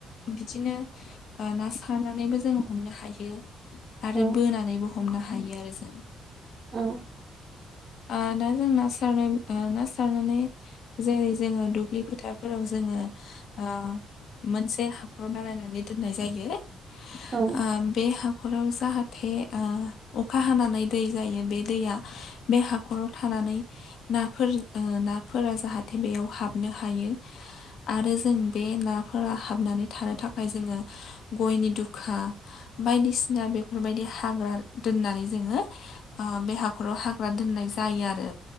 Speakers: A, on the left (about 70°); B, on the right (about 45°).
A: बिदिनो आ ना सारनानै जों हमनो हायो आरो
B: औ
A: बोनानैबो हमनो हायो आरो जों
B: औ <inaudible>
A: ओ दा जों ना सारनाय ओ ना सारनानै जेरै जोङो दुब्लि फोथारफोराव जोङो ओ मोनसे हाखर बानायनानै दोननाय जायो।
B: औ
A: आ बे ह खराव जाहाथे ओ अखा हानानै दै जायो बे दैया बे हाखराव थानानै नाफोर नाफोरा जाहाथे बेयाव हाबनो हायो <unintelligible> आरो जों बे नाफोरा हाबनानै थानो थाखाय जोङो गयनि दुखा हा बायदिसिना बेफोरबायदि हाग्रा दोननानै जोङो बे हाग खराव हाग्रा दोननाय जायो आरो